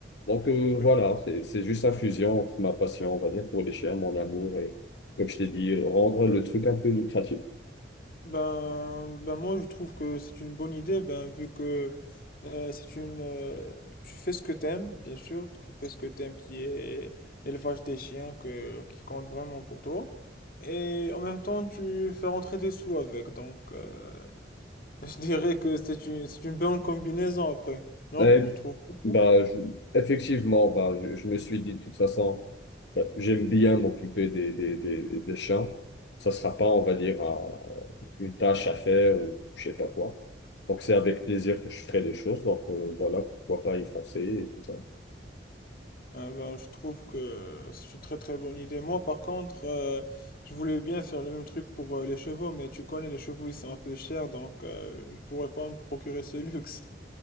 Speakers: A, on the left (about 70°); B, on the left (about 50°).
A: Donc, euh,
B: Oui.
A: voilà, c'est, c'est juste un fusion entre ma passion, on va dire, pour les chiens, mon amour et, comme je t'ai dit, rendre le truc un peu lucratif.
B: Ben, ben moi je trouve que c'est une bonne idée ben vu que euh, c'est une euh, tu fais ce que t'aimes bien sûr tu fais ce que t'aimes qui est l'élevage des chiens que qui compte vraiment pour toi et en même temps tu fais rentrer des sous avec donc euh, <laughs> je dirais que c'est une c'est une bonne combinaison après non
A: Eh
B: je trouve pas
A: Bah, je- effectivement, bah, je, je me suis dit, de toute façon, bah, j'aime bien m'occuper des, des, des, des chiens. Ça sera pas, on va dire, un- une tâche à faire ou je sais pas quoi. Donc, c'est avec plaisir que je ferai les choses. Donc, euh, voilà, pourquoi pas y foncer et tout ça.
B: Ah ben, je trouve que c'est une très très bonne idée. Moi, par contre, euh, je voulais bien faire le même truc pour euh, les chevaux, mais tu connais, les chevaux, ils sont un peu chers, donc euh, je pourrais pas me procurer ce <laughs> luxe.